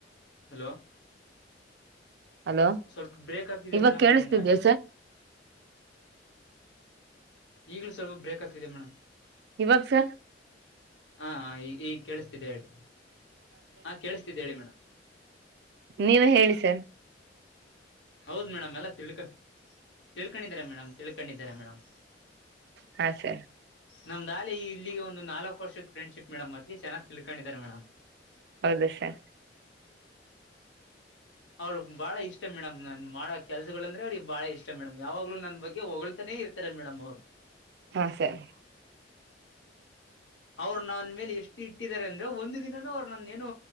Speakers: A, on the left; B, on the right.
A: ಹಲೋ
B: ಹಲೋ
A: ಸ್ವಲ್ಪ ಬ್ರೇಕ್ ಆಗ್ತಿದೆ
B: ಇವಾಗ
A: ಮೇಡಮ್
B: ಕೇಳಿಸ್ತಿದ್ಯಾ
A: ನಿಮ ವಾಯ್ಸ.
B: ಸರ್
A: ಈಗ್ಲೂ ಸ್ವಲ್ಪ ಬ್ರೇಕ್ ಆಗ್ತಿದೆ ಮೇಡಮ್.
B: ಇವಾಗ ಸರ್.
A: ಹಾ ಈ ಈಗ ಕೇಳಿಸ್ತಿದ್ದೆ ಹೇಳಿ. ಹಾ ಕೇಳ್ಸ್ತಿದ್ದ ಹೇಳಿ ಮೇಡಮ್.
B: ನೀವೆ ಹೇಳಿ ಸರ್.
A: ಹೌದ ಮೇಡಮ್ ಎಲ್ಲ ತಿಳ್ಕ ತಿಳ್ಕೊಂಡಿದ್ದಾರೆ ಮೇಡ ತಿಳ್ಕೊಂಡಿದ್ದಾರೆ ಮೇಡಮ್.
B: ಹಾ ಸರ್
A: ನಮ್ದಾಲಿ ಇಲ್ಲಿಗೆ ಒಂದು ಇಲಿಗೆ ನಾಲ್ಕಕ್ ವರ್ಷದ ಫ್ರಂಡ್ಶಿಪ್ ಮೇಡಮ್ ಅತಕೆ ಚೆನ್ನಾಗ್ ತಿಳ್ಕೊಂಡಿದ್ದಾರೆ ಮೇಡಮ್.
B: ಹೌದು ಸರ್.
A: ಅವರು ಬಾಳ ಇಷ್ಟ ಮೇಡಮ್ ನನ್ ಮಾಡೋ ಅವುರು ಬಳ್ ಇಷ್ಟ ಮೇಡಂ ನಾನು ಮಾಡೋ ಕೆಲ್ಸಗಳಂದ್ರೆ ಅವ್ರಿಗೆ ಬಾಳ ಇಷ್ಟ ಮೇಡಮ್ ಯಾವಾಗ್ಲೂ ನನ್ ಬಗ್ಗೆ ಹೊಳ್ತಾನೇ ಇರ್ತಾರೆ ಮೇಡಮ್ ಅವ್ರು.
B: ಹಾ ಸರ್.
A: ಅವ್ರು ನನ್ ಮೇಲೆ ಎಷ್ಟ ಇಟ್ಟಿದ್ದಾರೆ ಅಂದ್ರೆ ಒಂದು ದಿನನೂ ಅವರು ನನ್ನ ಏನು